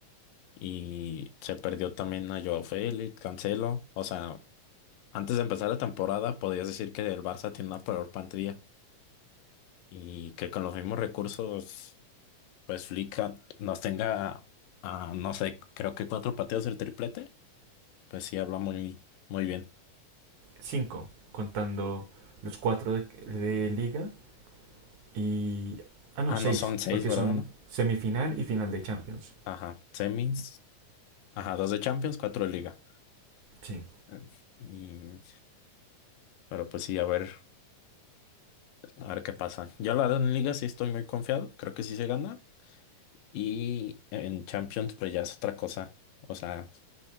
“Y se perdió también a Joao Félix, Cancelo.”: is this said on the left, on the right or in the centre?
Left